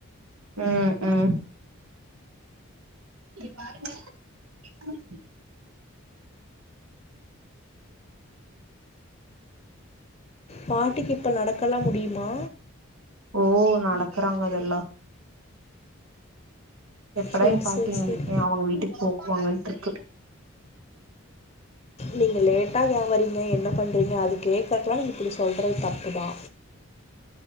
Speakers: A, on the right; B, on the left.
A: ம் ம் இ <inaudible>
B: பாட்டிக்கு இப்ப நடக்கல்லா முடியுமா
A: ஓ நடக்கறாங்க அதல்லா எப்படா
B: சரி
A: எங் பாட்டி
B: சரி சரி
A: ஏ அவங்க வீட்டுக்கு போக்குவாங்கன்ட்டுருக்கு
B: நீங்க லேட்டா ஏ வரீங்க என்ன பண்றீங்க அது கேக்கறக்கல்லா நீங்க இப்டி சொல் றவு தப்பு தா